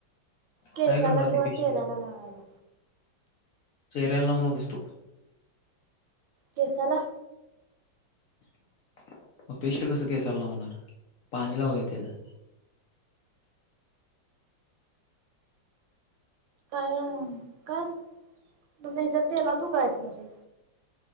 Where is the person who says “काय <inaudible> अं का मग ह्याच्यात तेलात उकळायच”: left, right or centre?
Right